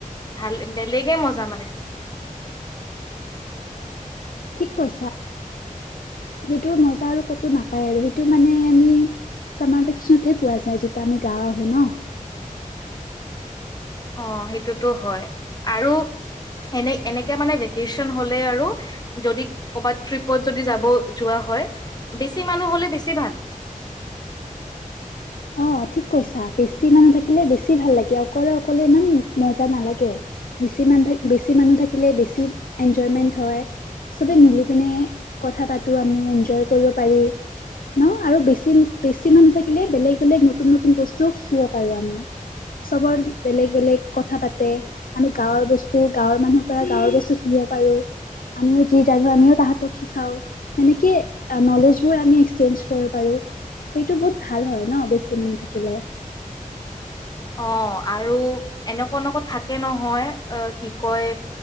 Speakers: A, on the left (about 30°); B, on the left (about 80°).
A: ভাল বেলেগে মজা মানে।
B: <inaudible> ঠিক কৈছা সেইটোৰ মজা আৰু ক'তো নাপায় আৰু সেইটো মানে আমি চামাৰ ভেকশ্যনতহে পোৱা যায় যেতিয়া আমি গাওঁ আহো নহ।
A: অ' সেইটোতো হয় আৰু এনে এনেকে মানে ভেকেশ্যন হ'লে আৰু যদি ক'ৰবাত ট্ৰিপত যদি যাব যোৱা হয় বেছি মানুহ হ'লে বেছি ভাল।
B: অ' ঠিক কৈছা বেছি মানুহ থাকিলে বেছি ভাল লাগে, অকলে অকলে ইমান মজা নালাগে বেছি মানুহ থাক বেছি মানুহ থাকিলে বেছি এনজয়মেন্ট হয় চবে মিলি পিনে কথা পাতো আমি এনজয় কৰিব পাৰি নহ আৰু বেছি, বেছি মানুহ থাকিলে বেলেগ বেলেগ নতুন নতুন বস্তুও শিকিব পাৰোঁ আমি, চবৰ বেলেগ বেলেগ কথা পাতে আমি গাঁৱৰ বস্তু গাঁৱৰ মানুহৰ পৰা গাঁৱৰ বস্তু শিকিব পাৰো, আমিও যি জানো আমিও তাহতক শিকাওঁ সেনেকে নলেজ বোৰ আমি এক্সচেঞ্জ কৰিব পাৰোঁ ত এইটো বহুত ভাল হয় নহ। বেছি মন থাকিলে।
A: অ' আৰু এনেকুৱা এনেকুৱা থাকে নহয় আ কি কয়